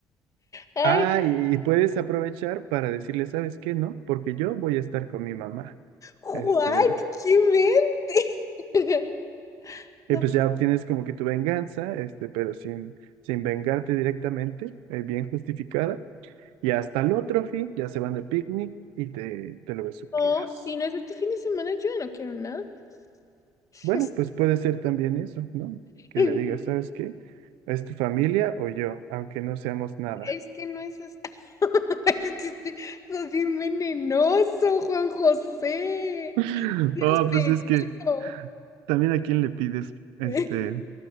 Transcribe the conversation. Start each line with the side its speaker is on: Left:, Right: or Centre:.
Left: Ay,
Right: ah, y, y puedes aprovechar para decirle, ¿sabes qué? No, porque yo voy a estar con mi mamá.
Left: Juan,
Right: Este,
Left: qué mente. <laughs> No
Right: y pues ya obtienes como que tu venganza, este, pero sin, sin vengarte directamente, eh, bien justificada. Y hasta el otro fin ya se van de picnic y te, te lo besuqueas.
Left: No, si no es este fin de semana, yo no quiero nada. <laughs>
Right: Bueno, pues puede ser también eso, ¿no? Que
Left: No,
Right: le digas, ¿sabes qué? ¿Es tu familia o yo? Aunque no seamos nada.
Left: Es que no es así. <laughs> Es que este- sos bien venenoso, Juan José.
Right: <laughs>
Left: Tienes
Right: Oh,
Left: pechito.
Right: pues es que también a quién le pides este
Left: <laughs>